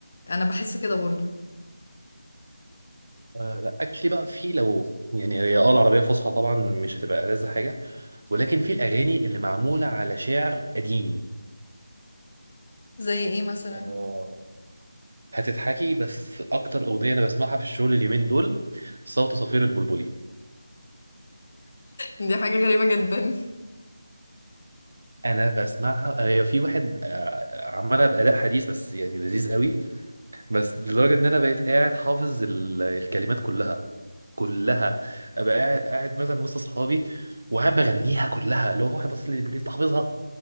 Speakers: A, on the left (about 40°); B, on the right (about 65°).
A: انا بحس كده برضو
B: آه، لا اكشلي بقى في لو يعني هي اه العربيه الفصحى طبعا مش هتبقى ألذ حاجه ولكن في الأغاني اللي معمولة على شعر قديم
A: زي ايه مثلا
B: آه هتضحكي بس أكتر أغنية أنا بسمعها في الشغل اليومين دول صوت صفير البلبلي
A: دي حاجه غريبه جدا
B: أنا بسمعها آه في واحد آه عملها بأداء حديث بس يعني لذيذ قوي بس لدرجة إن أنا بقيت قاعد حافظ ال- الكلمات كلها كلها أبقى قاعد قاعد مثلا وسط أصحابي وقاعد بغنيها كلها اللي هو واحد بس اللي بيقول لي أنت حافظها